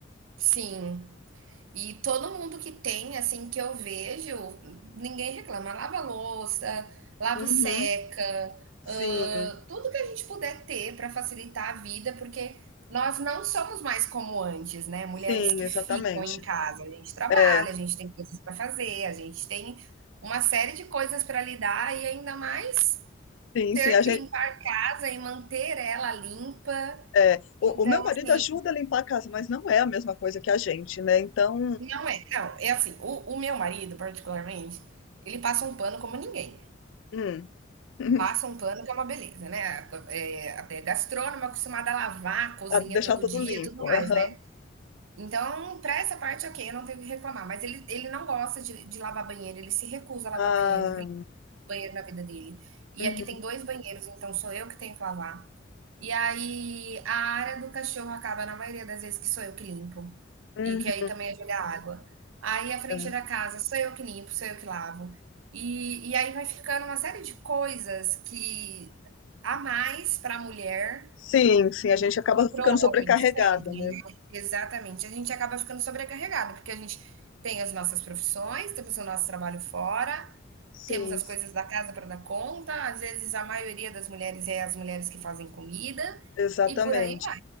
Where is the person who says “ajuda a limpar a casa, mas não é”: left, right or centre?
Left